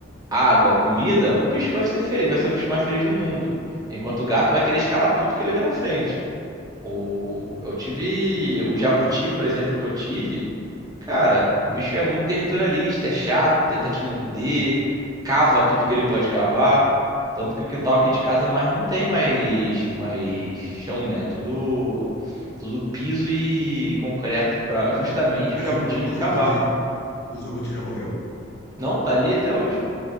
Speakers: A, on the right; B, on the left.
A: água, comida, o bicho vai ser feliz, vai ser o bicho mais feliz do mundo. Enquanto o gato vai querer escalar tudo que ele vê na frente. O, eu tive o jabuti, por exemplo, que eu tive. Cara, o bicho é muito territorialista, é chato, tenta te morder, cava tudo que ele pode cavar. Tanto que o quintal aqui de casa mais não tem mais, mais chão, né? É Tudo, tudo piso e concreto para justamente
B: Mas
A: o jabuti
B: o, o-
A: não
B: o
A: cavar.
B: Jabuti, o Jabuti já morreu?
A: Não, tá ali até hoje.